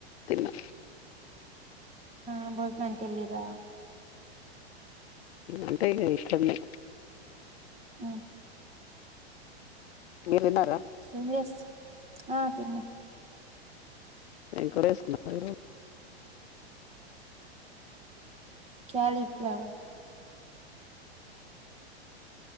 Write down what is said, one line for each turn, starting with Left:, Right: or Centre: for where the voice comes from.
Left: తిన్నా
Right: ఆ బొజ్జనానికి వెళ్ళిరా
Left: అంటే ఇక ఇష్టంలే
Right: హ్మ్
Left: మెర్తిన్నారా
Right: ఏం స్ ఆ తిన్న
Left: ఎం కోర చేసుకున్నారు
Right: కాలిఫ్లవర్